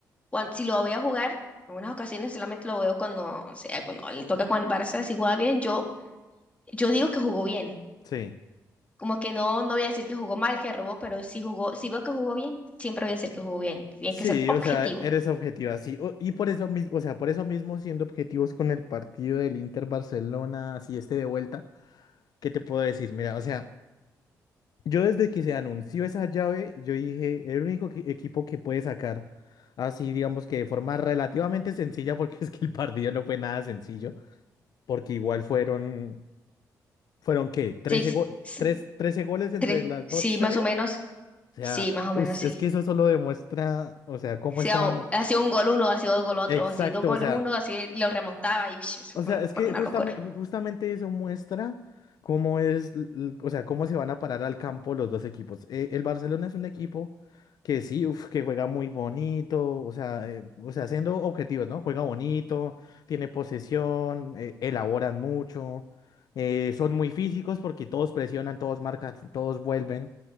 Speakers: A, on the left (about 20°); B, on the left (about 70°).
A: cuan- si lo voy a jugar, en unas ocasiones solamente lo veo cuando, o sea, cuando le toca con el Barça, si juega bien, yo, yo digo que jugó bien.
B: sí.
A: Como que no, no voy a decir que jugó mal, que robó, pero si jugó, si veo que jugó bien, siempre voy a decir que jugó bien. Tiene
B: Sí,
A: que ser objetivo.
B: o sea, eres objetiva, sí, o- Y por eso mismo, o sea, por eso mismo siendo objetivos con el partido del Inter Barcelona, así este de vuelta, ¿qué te puedo decir? Mira, o sea, yo desde que se anunció esa llave, yo dije, el único que- equipo que puede sacar así, digamos que de forma relativamente sencilla, porque <laughs> es que el partido no fue nada sencillo, porque igual fueron, ¿fueron qué? trece
A: Seis,
B: go-
A: s-
B: tres- trece goles entre
A: tres.
B: las
A: Sí,
B: dos series?
A: más o menos.
B: O sea,
A: Sí, más o
B: uy,
A: menos sí.
B: es que eso solo demuestra, o sea, cómo
A: Si
B: estaban.
A: ha, ha sido un gol uno, ha sido dos gol
B: eh,
A: otro,
B: Exacto,
A: ha sido dos goles
B: o sea.
A: uno, así lo remontaba y uy, eso
B: O
A: fue
B: sea,
A: un-
B: es
A: fue
B: que
A: una
B: justamente,
A: locura.
B: justamente eso muestra cómo es, l- l- o sea, cómo se van a parar al campo los dos equipos. Eh, el Barcelona es un equipo que sí, uf, que juega muy bonito, o sea, eh, o sea, siendo objetivos, ¿no? Juega bonito, tiene posesión, eh, elaboran mucho, eh, son muy físicos porque todos presionan, todos marcan, todos vuelven.